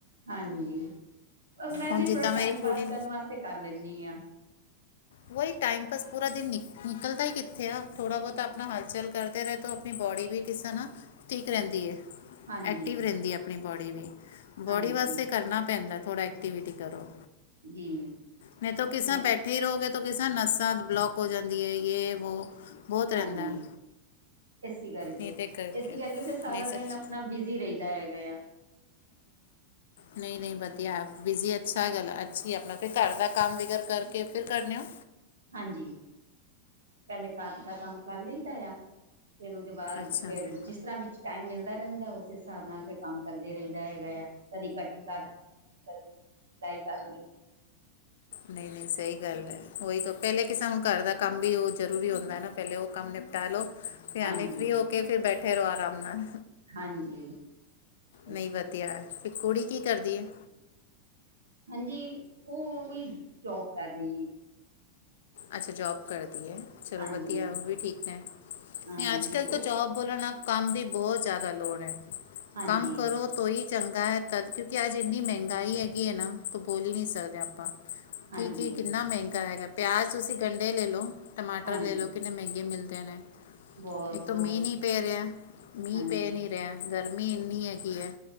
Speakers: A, on the right; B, on the left.
A: ਹਾਂਜੀ ਮੈਂ
B: ਹੁਣ
A: ਵੀ
B: ਜਿੱਦਾਂ
A: ਥੋੜਾ
B: ਮੇਰੀ
A: ਟਾਈਮ
B: ਕੁੜੀ
A: ਪਾਸ ਕਰਨ ਵਾਸਤੇ ਕਰ ਲੈਂਨੀਂ ਹਾਂ।
B: ਵੋਹੀ ਟਾਈਮ ਪਾਸ ਪੂਰਾ ਦਿਨ ਨਿਕਲਦਾ ਹੀ ਕਿੱਥੇ ਆ ਥੋੜਾ ਬਹੁਤਾ ਆਪਣਾ ਹਲਚਲ ਕਰਦੇ ਰਹੇ ਤੋ ਆਪਣੀ ਥੋੜੀ ਵੀ ਕਿਸ ਤਰਹਾਂ ਨਾ ਠੀਕ ਰਹਿੰਦੀ ਹੈ।
A: ਹਾਂਜੀ
B: ਐਕਟਿਵ ਰਹਿੰਦੀ ਹੈ ਆਪਣੀ ਬੋਡੀ ਵੀ
A: ਹਾਂਜੀ
B: ਬੋਡੀ ਵਾਸਤੇ ਕਰਨਾ ਪੈਂਦਾ। ਥੋੜਾ ਐਕਟੀਵਿਟੀ ਕਰੋ
A: ਜੀ
B: ਨਹੀਂ ਤਾਂ ਇਸ ਤਰ
A: ਮੈਂ
B: ਬੈਠੇ ਹੀ ਰਹੋਗੇ ਤਾਂ ਕਿਸ ਨਸਾਂ ਬਲੋਕ ਹੋ ਜਾਂਦੀ ਹੈ ਯੇ ਵੋ ਬਹੁਤ ਰਹਿੰਦਾ
A: ਹਾਂਜੀ
B: ਹੈ।
A: ਇਸੀ ਕਰਕੇ
B: ਨਹੀਂ ਤੇ
A: ਇਸੀ ਕਰਕੇ ਫਿਰ ਸਾਰਾ
B: ਨਹੀਂ ਸੱਚ
A: ਦਿਨ ਆਪਣਾ ਬਿਜ਼ੀ ਰਹਿਦਾ ਹੈਗਾ ਆ।
B: ਨਈ ਨਈ ਵਧੀਆ ਬਿਜ਼ੀ ਅੱਛਾ ਗੱਲ ਅੱਛੀ ਆਪਣਾ ਫਿਰ ਘਰ ਦਾ ਕੰਮ ਵਿਗਰ ਕਰਕੇ ਫਿਰ ਕਰਨੇ ਹੋ।
A: ਹਾਂਜੀ। ਪਹਿਲੇ ਘਰ ਦਾ ਕੰਮ ਕਰ ਲਈਦਾ ਆ ਫੇਰ ਉਹਦੇ ਬਾਅਦ
B: ਅੱਛਾ
A: ਫਰ
B: ਜੀ
A: ਬਿਸਤਰਾਂ ਵਿੱਚ ਟਾਈਮ ਮਿਲਦਾ ਰਹਿੰਦਾ ਉਸੇ ਹਿਸਾਬ ਨਾਲ ਫਿਰ ਕੰਮ ਕਰਦੇ ਰਹਿਦਾ ਹੈਗਾ ਆ ਕਦੀ ਕਟਿੰਗ ਕਰ ਕਦੀ ਸਿਲਾਈ ਕਰਲੀ।
B: ਨਹੀਂ ਨਹੀਂ ਸਹੀ ਗੱਲ ਹੈ। ਉਹੀ ਤੋਂ ਪਹਿਲੇ ਕਿ ਸਾਨੂੰ ਘਰ ਦਾ ਕੰਮ ਵੀ ਉਹ ਜਰੂਰੀ ਹੁੰਦਾ ਹੈ ਨਾ ਪਹਿਲੇ ਉਹ ਕੰਮ ਨਿਪਟਾ ਲੋ। ਫਿਰ
A: ਹਾਂਜੀ
B: ਐਵੇਂ ਫ੍ਰਰੀ ਹੋ ਕੇ ਫਿਰ ਬੈਠੇ। ਬੈਠੇ ਰਹੋ ਆਰਾਮ ਨਾਲ
A: ਹਾਂਜੀ ਇਸ
B: ਨਹੀਂ ਵਧੀਆ ਤੇ ਕੁੜੀ ਕੀ ਕਰਦੀ ਹੈ।
A: ਹਾਂਜੀ ਉਹ ਕੋਈ ਜੋਬ ਕਰ ਰਹੀ ਹੈ।
B: ਅੱਛਾ ਜੋਬ ਕਰਦੀ। ਚਲੋ
A: ਹਾਂਜੀ
B: ਵਧੀਆ ਉਹ ਵੀ ਠੀਕ ਹੈ। ਨਹੀਂ
A: ਹਾਂਜੀ
B: ਅੱਜ ਕੱਲ
A: ਉਹ
B: ਤਾਂ ਜੋਬ ਬੋਲਣਾ। ਕੰਮ ਦੀ ਬਹੁਤ ਜ਼ਿਆਦਾ ਲੋੜ ਹੈ।
A: ਹਾਂਜੀ
B: ਕੰਮ ਕਰੋ ਤੋਂ ਉਹੀ ਚੰਗਾ ਹੈ ਤਾਂ ਕਿਉਂਕਿ ਅੱਜ ਇੰਨੀ ਮਹਿੰਗਾਈ ਹੈਗੀ ਹੈ ਨਾ ਤੋਂ ਬੋਲ ਹੀ ਨਹੀਂ ਸਕਦੇ ਆਪਾਂ।
A: ਹਾਂਜੀ
B: ਕੀ ਕੀ ਕਿੰਨਾ ਮਹਿੰਗਾ ਹੈਗਾ ਪਿਆਜ਼ ਤੁਸੀਂ ਗੰਡੇ ਲੈ ਲਓ। ਟਮਾਟਰ
A: ਹਾਂਜੀ
B: ਲੈ ਲਓ ਕਿੰਨੇ ਮਹਿੰਗੇ ਮਿਲਦੇ ਨੇ
A: ਬਹੁਤ
B: ਇੱਕ ਤਾਂ
A: ਬਹੁਤ
B: ਮੀਂਹ ਨੀ ਪੈ ਰਿਹਾ ਹੈ। ਮੀਂਹ
A: ਹਾਂਜੀ
B: ਪੈ ਨੀ ਰਿਹਾ। ਗਰਮੀ ਇੰਨੀ ਹੈਗੀ ਹੈ।